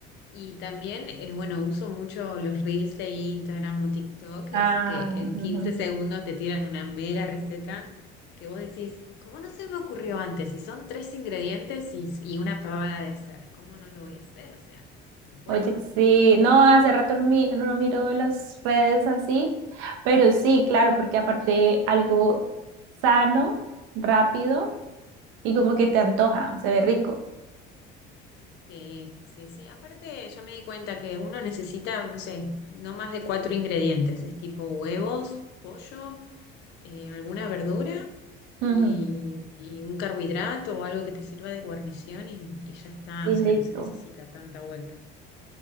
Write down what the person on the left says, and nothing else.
Y también, eh, bueno, uso mucho los reels de Instagram o TikTok,
esos que en
15 segundos te tiran una mega receta que vos decís, ¿cómo no se me ocurrió antes? Si son tres ingredientes y, y una pavada de hacer, ¿cómo no lo voy a hacer? O sea, se puede.
Sí, sí, sí. Aparte, ya me di cuenta que uno necesita, no sé, no más de cuatro ingredientes. Es tipo huevos, pollo, eh, alguna verdura y,
y un carbohidrato o algo que te sirva de guarnición y, y ya está,
o
sea, no se necesita tanta vuelta.